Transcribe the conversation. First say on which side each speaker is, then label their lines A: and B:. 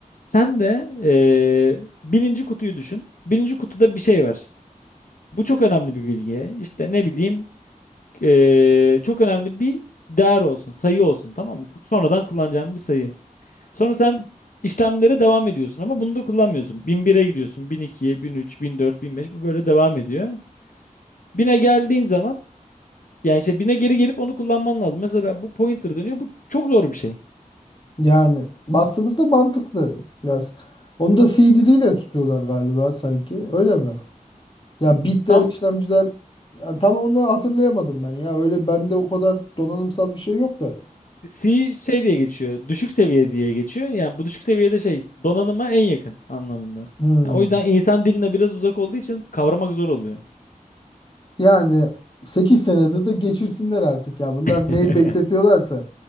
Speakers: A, on the left (about 70°); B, on the left (about 35°).
A: Sen de eee, birinci kutuyu düşün. Birinci kutuda bir şey var. Bu çok önemli bir bilgi. İşte ne bileyim eee, çok önemli bir değer olsun, sayı olsun tamam mı? Sonradan kullanacağım bir sayı. Sonra sen işlemlere devam ediyorsun ama bunu da kullanmıyorsun. Bin bire gidiyorsun, bin bin ikiye, bin üç, bin dört, bin beş. bu böyle devam ediyor. Bine geldiğin zaman yani şey bine geri gelip onu kullanman lazım. Mesela bu pointer dönüyor. Bu çok zor bir şey.
B: Yani baktığımızda mantıklı biraz. Onu da C diliyle tutuyorlar galiba sanki. Öyle mi? Ya bitler
A: Tam
B: işlemciler ya tam onu hatırlayamadım ben ya. Öyle bende o kadar donanımsal bir şey yok da.
A: C şey diye geçiyor. Düşük seviye diye geçiyor. Yani bu düşük seviyede şey donanıma en yakın anlamında.
B: Hmm.
A: Yani o yüzden insan diline biraz uzak olduğu için kavramak zor oluyor.
B: Yani 8 senede de geçirsinler artık ya. Bunlar
A: <laughs>
B: neyi bekletiyorlarsa